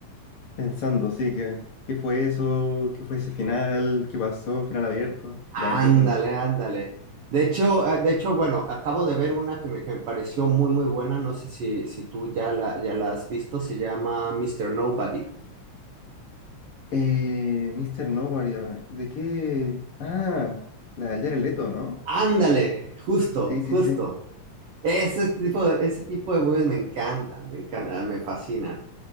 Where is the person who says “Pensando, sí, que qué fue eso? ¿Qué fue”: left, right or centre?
Left